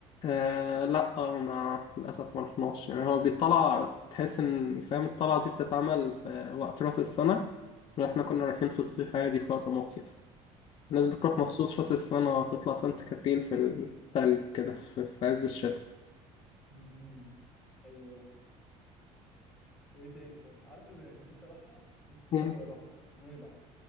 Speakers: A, on the left; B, in the centre.
A: آه لا آه، ما للأسف ما رحناش يعني هو بيطلع تحس إن فاهم الطلعة دي بتتعمل في وقت رأس السنة وإحنا كنا رايحين في الصيف عادي في وقت مصيف الناس بتروح
B: مم.
A: مخصوص رأس السنة تطلع سانت كاترين في التلج كده في في عز الشتاء
B: مم. حلو ده وايه تاني طب عارف اللي كان نفسي اروحها نفسي
A: مم.
B: قوي اروحها نويبع